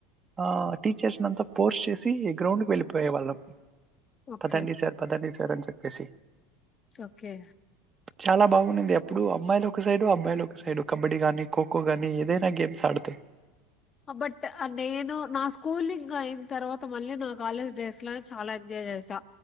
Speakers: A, on the right (about 25°); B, on the left (about 25°).
A: ఆ టీచర్స్ నంతా ఫోర్స్ చేసి గ్రౌండ్కి వెళ్ళిపోయే వాళ్ళం.
B: ఓకే
A: పదండి సార్ పదండి సార్ సరని చెప్పేసి
B: ఓకే
A: చాలా బాగున్నింది అప్పుడు అమ్మాయిలు ఒక సైడు అబ్బాయిలు ఒక సైడు కబడ్డీ గాని ఖో ఎక్కువగాని ఏదైనా గేమ్స్ ఆడితే
B: బట్ నేను నా స్కూలింగ్ అయిన తర్వాత మళ్ళీ నా కాలేజ్ డేస్ లోనే చాలా ఎంజాయ్ చేసా